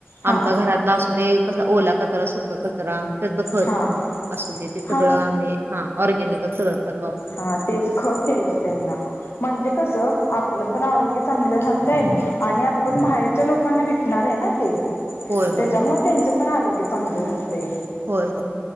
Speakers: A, on the left (about 70°); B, on the right (about 60°).
A: हा
B: आमचा घरातला असू दे. कसा ओला कचरा सुका कचरा. का? त्याचं खत
A: हा
B: असू दे ते सगळं
A: हा
B: आम्ही हा ऑरगॅनिकचं सगळं खत घालतो.
A: हा तेच खत द्यायचं त्यांना म्हणजे कसं च आपलं. पण आरोग्य चांगलं राहत. तेण आणि आप. पण बाहेरच्या लोकांना विकणार आहे ना ते
B: होय
A: त्याच्यामुळे
B: होय
A: त्यांच. पण आरोग्य चांगलं राहतंय
B: होय होय.